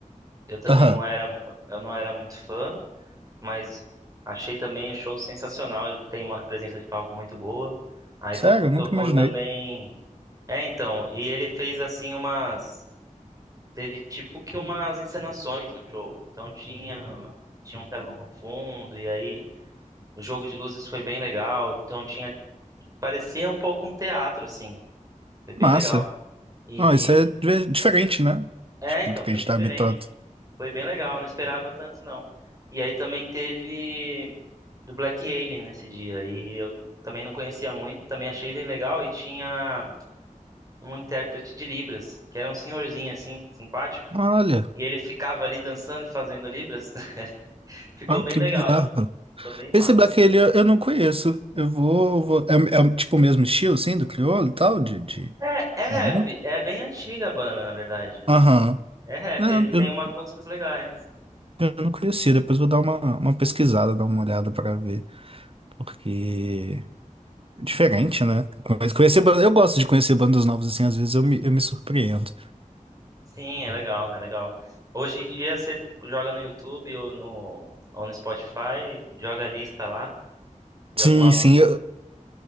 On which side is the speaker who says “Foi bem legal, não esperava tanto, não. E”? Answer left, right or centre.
Right